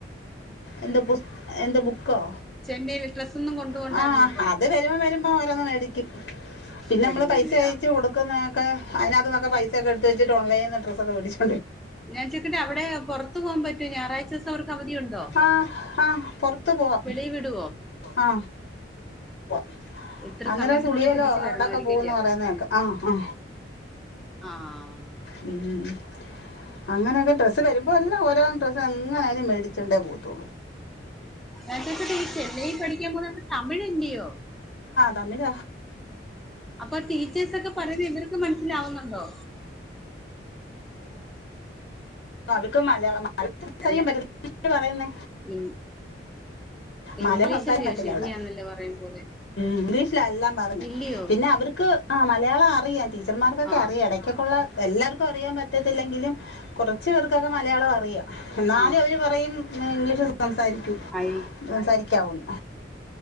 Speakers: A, on the left; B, in the centre.
A: എൻ്റെ പുസ് എൻ്റെ ബു ക്കോ
B: ചെന്നൈയിൽ ഡ്രസ് ഒന്നും കൊണ്ടുപോണ്ടായിരുന്നു
A: <unintelligible> ആ
B: ഇപ്പം
A: അത് വരുമ്പോ വരുമ്പോ ഓരോന്നു മേടിക്കും പിന്നെ
B: മേടിക്കുമല്ലയോ
A: നമ്മള് പൈസ അയച്ച് കൊടുക്കുന്ന ക്ക് അതിനകത്ത്നിന്നൊക്കെ പൈസയൊക്കെടുത്ത് വച്ചിട്ട് ഓൺലൈനിൽനിന്ന് ഡ്രസ്സക്കെവേടിച്ചു.
B: ഞാൻ ചോദിക്കട്ടെ അവിടെ പുറത്ത് പോവാൻ പറ്റുമോ ഞായറാഴ്ച ദിവസം അവർക്ക് അവധിയുണ്ടോ?
A: ആ ആ പുറത്ത് പോവാം
B: വെളിയിൽ വിടുവോ
A: ആ പോവാം
B: ഇത്ര
A: അന്നേരം
B: സമയത്തിനുള്ളിൽ
A: സുടിയലോ
B: തിരിച്ച്
A: അവിടെക്കെ
B: വരണമായിരിക്കും
A: പോവുന്ന്
B: അല്ലേ
A: പറയുന്നേക്കാം ആ ആ
B: ആഹ്
A: ഉം ഉം ഉം അങ്ങനെയൊക്കെ ഡ്രസ്സ് വരുമ്പോ എല്ലാം ഓരോ ഡ്രസ്സ് എങ്ങനായാലും മേടിച്ചോണ്ടെ പോവുള് ട്ടോ
B: ഞാൻ ചോയിച്ചോട്ടെ ഈ ചെന്നൈയിൽ പഠിക്കാൻ പോന്ന തമിഴല്ലിയോ?
A: തമിഴ
B: അപ്പൊ ടീച്ചേഴസൊക്കെ പറയുന്ന ഇവർക്ക് മനസ്സിലാവുന്നുണ്ടോ?
A: പ്പ അവര് പ്പ മലയാളം അത് തിരിച്ചറിയാൻ
B: അല്ല
A: പറ്റത്തില്ല, <unintelligible> പറയുന്നേ
B: ഇ- ഇംഗ്ലീഷല്ലയോ
A: മലയാളം സംസാരിക്കാൻ പറ്റത്തില്ല
B: ശരിയാന്നല്ലോ
A: അവിടെ
B: പറയും പോലെ
A: ഇംഗ്ലീഷിലാ എല്ലാം പറയുന്ന
B: ഇല്ലയോ
A: പിന്നെ അവർക്ക് ആഹ് മലയാളം അറിയാൻ ടീച്ചർമാർക്കൊക്കെ
B: ആഹ്
A: അറിയാം ഇടക്കൊക്ക ഉള്ള എല്ലാർക്കും അറിയാൻ പറ്റത്തില്ലെങ്കിലും കുറച്ച് പേർക്കൊക്കെ മലയാളം അറിയാം. എന്നാലും
B: ആഹ്
A: അവര് പറയും പിന്നെ ഇംഗ്ലീഷ് <unintelligible> സംസാരിക്കു
B: ആയി
A: സംസാരിക്കാവൂന്ന്.